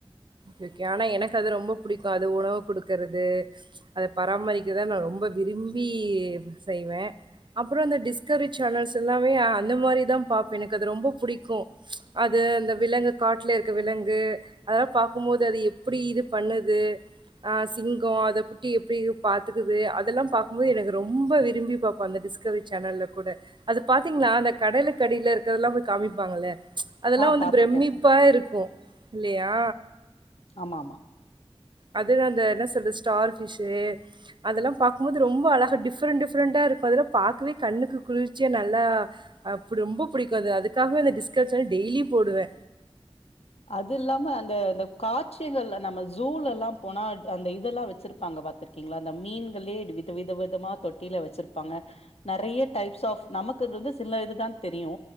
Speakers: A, on the right (about 50°); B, on the left (about 75°).
A: க்கு ஆனா எனக்கு அது ரொம்ப புடிக்கும் அது உணவு கொடுக்குறது அத பராமரிக்கதா நா ரொம்ப விரும்பி செய்வே அப்புறோ அந்த டிஸ்கவரி சேனல்ஸ் எல்லாமே அந்த மாதிரி தா பா்பே எனக்கு அது ரொம்ப புடிக்கும் அது அந்த விலங்கு காட்டுல இருக்க விலங்கு அதெல்லா பாக்கும்போது அது எப்படி இது பண்ணுது ஆ சிங்கம் அத குட்டி எப்படி பாத்துக்குது அதெல்லா பாக்கும்போது எனக்கு ரொம்ப விரும்பி பார்ப்போ அந்த டிஸ்கவரி சேனல்ல கூட அது பாத்தீங்களா அந்த கடலுக அடியில இருக்கர்தா கூட போய் காமிப்பாங்கள்ல அதெல்லா
B: ஆ
A: வந்து
B: பாத்திருக்கே
A: பிரமிப்பா
B: பாத்திருக்கே
A: இருக்கோ இல்லியா
B: ஆமாம்
A: அதுதா அந்த என்ன சொல்றது ஸ்டார் ஃபிஷ்ஷு அதெல்லா பாக்கும்போது ரொம்ப அழக டிஃப்ரெண்ட் டிஃரெண்டா இருக்கோ அதெல்லா பார்க்கவே கண்ணுக்கு குளிர்ச்சியா நல்லா அப்படி ரொம்ப புடிக்கும் அது அதுக்காகவே அந்த டிஸ்கவரி சேனல் டெய்லி போடுவே
B: அது இல்லாம அந்த அந்த காட்சிகள்ல நம்ம ஜூல்லா போனா அந்த இதெல்லா வச்சிருப்பாங்க பாத்திருக் ங்களா அந்த மீன்களே வித வித விதமா தொட்டியில வச்சிருப்பாங்க நறய டைப்ஸ் ஆஃப் நமக்கு இது வந்து சில இதுதா தெரியூ